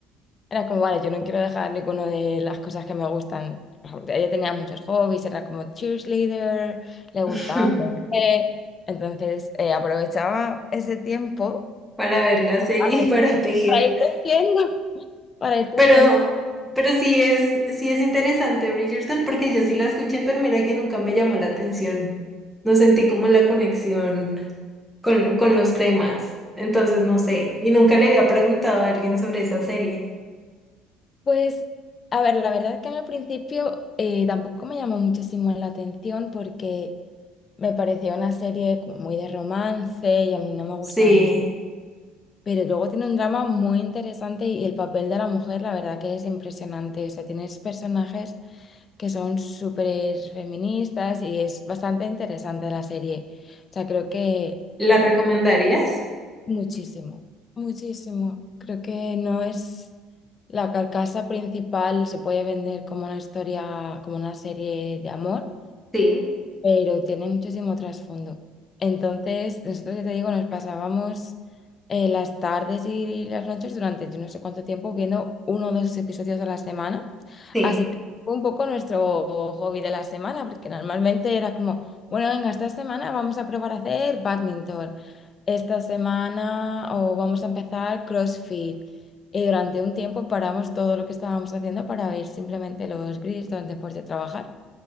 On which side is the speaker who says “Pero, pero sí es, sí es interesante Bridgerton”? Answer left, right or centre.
Centre